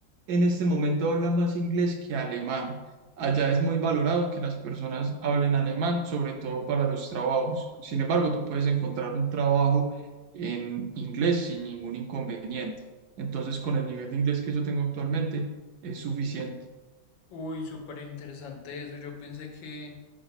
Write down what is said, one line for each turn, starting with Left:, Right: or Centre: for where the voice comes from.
Right: en este momento habla más inglés que alemán. Allá es muy valorado que las personas hablen alemán, sobre todo para los trabajos. Sin embargo, tú puedes encontrar un trabajo en inglés sin ningún inconveniente. Entonces, con el nivel de inglés que yo tengo actualmente, es suficiente.
Left: Uy, súper interesante eso. Yo pensé que